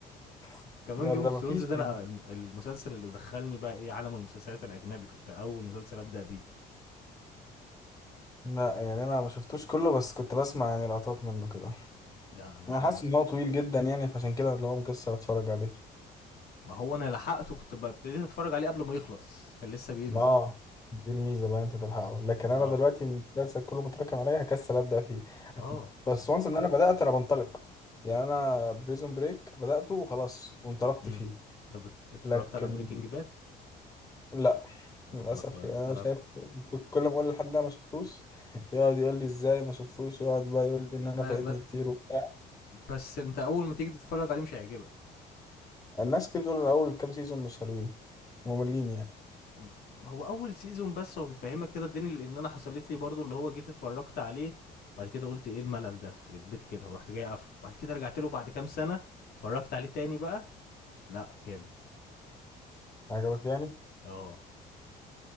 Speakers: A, on the left; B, on the left.
A: <laughs>
B: كمان
A: لا
B: جيم
A: ده
B: اوف
A: ما
B: ثرونز
A: فيش
B: ده
A: يعني
B: انا المسلسل اللي دخلني بقى ايه عالم المسلسلات الاجنبي كنت اول مسلسل ابدا بيه
A: لا يعني انا ما شفتوش كله بس كنت بسمع يعني لقطات منه كده
B: ده انا
A: انا
B: شو
A: حاسس
B: أنا.
A: ان هو طويل جدا يعني فعشان كده اللي هو مكسل اتفرج عليه
B: ما هو انا لحقته كنت ببتدي اتفرج عليه قبل ما يخلص كان لسه بينزل
A: اه دي الميزه بقى انت تلحقه لكن انا
B: اه
A: دلوقتي المسلسل كله متراكم عليا هكسل ابدا فيه
B: اه
A: بس وانس ان انا بدات انا بنطلق يعني انا بريزون بريك بداته وخلاص وانطلقت
B: مم.
A: فيه
B: طب ات- اتفرجت
A: لكن
B: على بريكنج باد
A: لا للاسف
B: انا اتفرجت
A: يعني انا
B: انا
A: شايف
B: اتفرجت
A: ك- كل ما اقول لحد ده ما شفتوش يقعد يقول لي ازاي ما شفتوش يقعد بقى يقول لي ان
B: ب...
A: انا فايتني
B: ب...
A: كتير وبتاع
B: بس انت اول ما تيجي تتفرج عليه مش هيعجبك
A: الناس كتير بتقول اول كام سيزون مش حلوين مملين يعني
B: م- هو اول سيزون بس هو بيفهمك كده الدنيا لان انا حصلت لي برضو اللي هو جيت اتفرجت عليه بعد كده قلت ايه الملل ده خرب بيت كده ورحت جاي قافله بعد كده رجعت له بعد كام سنه اتفرجت عليه تاني بقى لا جامد
A: عجبك يعني
B: اه